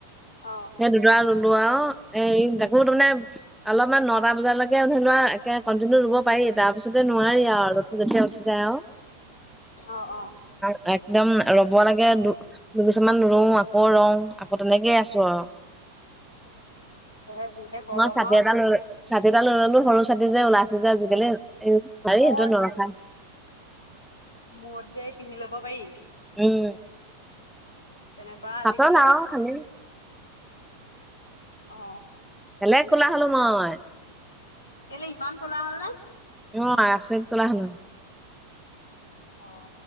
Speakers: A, on the left; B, in the centre.
A: অ
B: সেই দুডৰা লো আৰু এ <unintelligible> বুত মানে অলপমান নটা বজালৈকে ধৰি লোৱা কণ্টিনিউ ৰুব পাৰি তাৰপিছতে নোৱাৰি আৰু ৰ'দটো যেতিয়া উঠি যায় আৰু
A: অ অ
B: এ একদম ৰব লাগে দু দুগোচামান ৰওঁ আকৌ ৰওঁ আকৌ তেনেকেই আছো- অ
A: সেয়েহে যিহে গৰম
B: তোমাৰ চাটি
A: আৰু
B: এটা লৈ লৈ ছাতি এটা লৈ ললো সৰু ছাতি যে ওলাইছে যে আজিকালি হাৰি
A: অ
B: সেইটো নৰখাই
A: মূৰত যে পিন্ধি লব পাৰি
B: উম
A: তেনেকুৱা আজিকালি
B: তাতৰ নাও
A: ওলাইছে
B: খালি
A: অ
B: বেলেগ কোলা হলো মই
A: কেলে ইমান কোলা হল নে
B: অ আছৰিত কলা হলো
A: অ